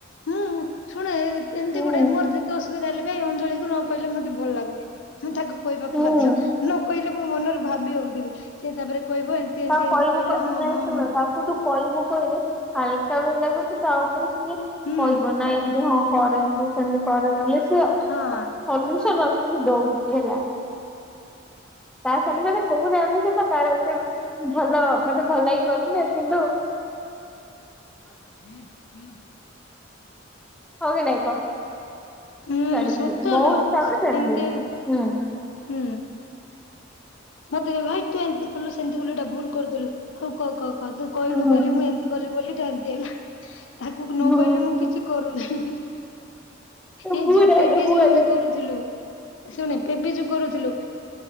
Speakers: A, on the left; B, in the centre.
A: ମୁଁ ଶୁଣେ ଏମିତି
B: ହୁଁ
A: ଗୋଟେ ମୋର ଯେତେ ଅସୁବିଧା ହେଲେଇ ଅଞଳିକୁ ନ କହିଲେ ମତେ ଭଲ ଲାଗୁନି। ମୁଁ ତାକୁ କହିବାକୁ
B: ହୁଁ
A: ବାଧ୍ୟ ନ କହିଲେ ମୋ ମନରୁ ଭାବି ହଉଥିବି ସେ ତାପରେ କହିବ ଏମିତି
B: ତା
A: ଏମିତି
B: କହିବୁ
A: କହିଲେ ହଁ
B: ନାଇଁ
A: ହଁ
B: ଶୁଣ
A: ହଁ
B: ତାକୁ ତୁ କହିବୁ କହିଲେ ହାଲକା ବି ଲାଗୁଛି ତା ଉପରେ
A: ହୁଁ।
B: କହିବ ନା ଏମତି ହଁ କରେ ଏମତି ସେମତି କରେ ବୋଲି ସେ
A: ହଁ
B: ଅନୁଷ ନଥିଲି ଦଉଛି ହେଲା। ତା ସମ କହୁ ଦେ ଆମ ସେ ନା ତାର ଏତେ ଭଲ ମତେ ଭଲ ହଇ କରୁନେ କିନ୍ତୁ
A: <inaudible>
B: ହଁ କି ନାଇ କହ।
A: ହୁଁ
B: <unintelligible>
A: ସତଲୋ
B: ମୋ ହିସାବରେ ସେମିତି।
A: ଏମିତି ହୁଁ। ମତେ ହେ ଭାଇ ତୁ ଏମିତି କଲୁ ସେମିତି କଲୁ ଏଟା ଭୁଲ କରିଦେଲୁ ହଉ କହ କହ କହ ତୁ କହିନୁ
B: ହୁଁ।
A: ବୋଲି ମୁଁ ଏମିତି। କଲି ବୋଲି ଜାନ୍ତି ହେଲା। ତାକୁ ନ
B: ହୁଁ।
A: କହିଲେ ମୁଁ କିଛି କରୁନାହିଁ। ଏଇ
B: ମୁଁ
A: ଯୋଉ
B: ରେ
A: ପେବି
B: ମୁଁ
A: ଯୋ
B: ହେଲେ
A: ଆମେ କରୁଥିଲୁ। ଶୁଣେ ପେବି ଯୋ କରୁଥିଲୁ।